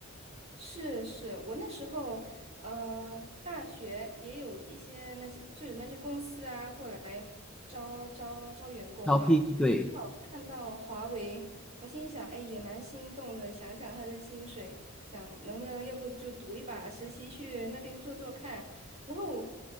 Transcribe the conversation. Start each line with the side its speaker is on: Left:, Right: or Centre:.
Right: 是是，我那时候呃，大学也有一些那些就是那些公司啊过来招招招员工嘛，
Centre: 招聘，对，
Right: 刚好看到华为，我心想，哎，也蛮心动的，想想他的薪水，想能不能要不就赌一把实习去那边做做看，然后